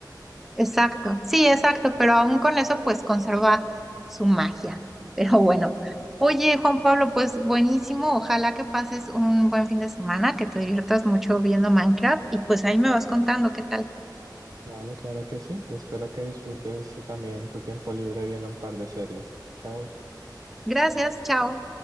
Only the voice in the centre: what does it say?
Exacto, sí, exacto, pero aún con eso pues conserva su magia. <laughs> Pero bueno, oye Juan Pablo, pues buenísimo, ojalá que pases un buen fin de semana, que te diviertas mucho viendo Minecraft y pues ahí me vas contando qué tal.
Gracias, chao.